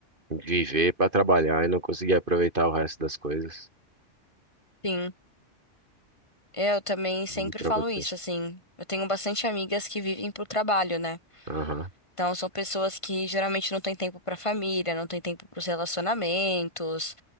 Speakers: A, on the right; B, on the left.
A: viver para trabalhar e não conseguir aproveitar o resto das coisas.
B: sim. Eu também sempre
A: E para
B: falo
A: você.
B: isso, assim. Eu tenho bastante amigas que vivem pro trabalho, né?
A: Aham.
B: Então, são pessoas que geralmente não têm tempo para a família, não têm tempo para os relacionamentos,